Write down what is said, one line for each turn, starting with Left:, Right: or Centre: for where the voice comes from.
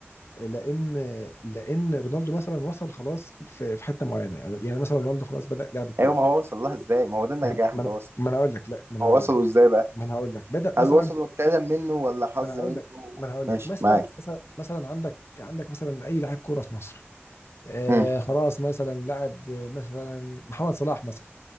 Left: لان لان رونالدو مثلا وصل خلاص في في حته معينه يعني مثلا رونالدو خلاص بدا لعب كوره
Right: ايوه ما هو وصل لها ازاي ما هو ده النجاح
Left: ما ما
Right: اللي
Left: انا
Right: وصل
Left: ما أنا هقول لك لا ما
Right: هو
Left: انا هقول
Right: وصله
Left: لك
Right: ازاي بقى
Left: ما انا هقول لك بدا مثلا
Right: هل وصل اجتهادا منه ولا حظ
Left: ما انا هقول
Right: منه
Left: لك ما انا هقول
Right: ماشي
Left: لك مثلا
Right: معاك
Left: مثلا مثلا عندك عندك مثلا اي لاعب كوره في مصر آه
Right: امم
Left: خلاص مثلا لاعب آه، مثلا محمد صلاح مثلا